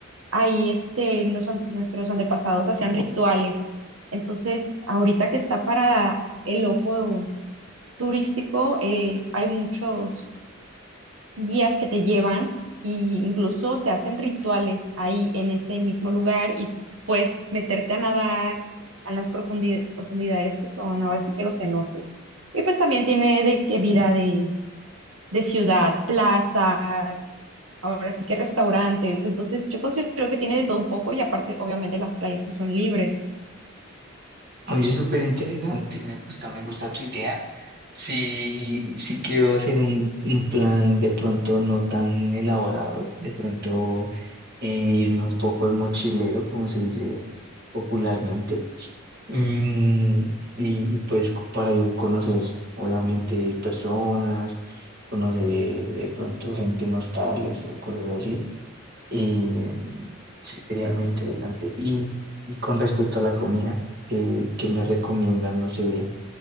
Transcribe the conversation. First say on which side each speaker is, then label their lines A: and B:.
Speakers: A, on the right; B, on the right.
A: ahí este, nos- nuestros antepasados hacían rituales. Entonces, ahorita que está para el ojo turístico, eh, hay muchos guías que te llevan y incluso te hacen rituales ahí en ese mismo lugar y puedes meterte a nadar en las profundi- profundidades que son ahora sí que los cenotes. Y pues también tiene de que vida de, de ciudad, plazas, ahora sí que restaurantes. Entonces yo considero que tiene de todo un poco y aparte obviamente las playas que son libres.
B: Oye, súper interesante, me gusta, me gusta tu idea. Si, si quiero hacer un, un plan de pronto no tan elaborado, de pronto eh, irme un poco de mochilero, como se dice popularmente, Mm, y, y pues co- para ir conocer, obviamente, personas, conocer de pronto gente nostales o cosas así. Y mm, sí, sería muy interesante. Y, y con respecto a la comida, eh, ¿qué me recomiendas? No sé,